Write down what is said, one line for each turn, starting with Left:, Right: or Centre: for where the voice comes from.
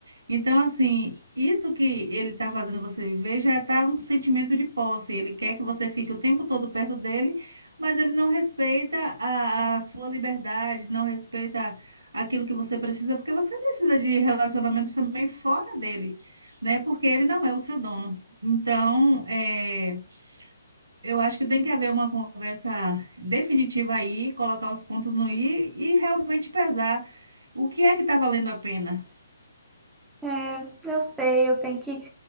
Right: Então, assim, isso que ele está fazendo você viver já está um sentimento de posse. Ele quer que você fique o tempo todo perto dele, mas ele não respeita a, a sua liberdade, não respeita aquilo que você precisa, porque você precisa de relacionamentos também fora dele, né? Porque ele não é o seu dono. Então, é, eu acho que tem que haver uma conversa definitiva aí, colocar os pontos no i e realmente pesar o que é que está valendo a pena,
Centre: É, eu sei, eu tenho que